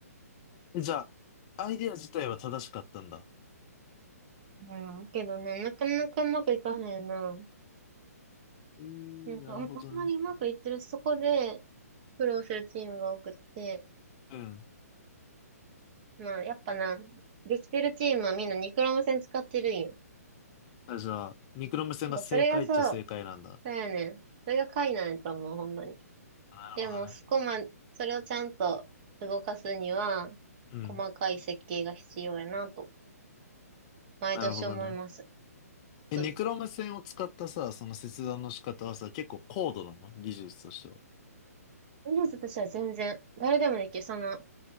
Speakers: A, on the left; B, on the right.
A: えじゃあ、アイデア自体は正しかったんだ。
B: うん。けどな、なかなかうまくいかへんな。
A: ええなるほどね。
B: なんか、あんあんまりうまくいってる、そこで苦労するチームが多くって、
A: うん。
B: まあ、やっぱな、できてるチームはみんなニクロム線使ってるんよ。
A: あ、じゃあ、ニクロム線が正解っちゃ正解なんだ。
B: なんかそれがそう、そうやねん。それが解なんやと思う、ほんまに。
A: なるほどね。
B: でも、そこま、それをちゃんと動かすには、
A: うん、
B: 細かい設計が必要やなと、毎年思います。
A: なるほどね。
B: つくづく
A: え、ニクロム線を使ったさ、その切断の仕方はさ、結構高度なの技術としては。
B: 思います私は全然、誰でもできる。その、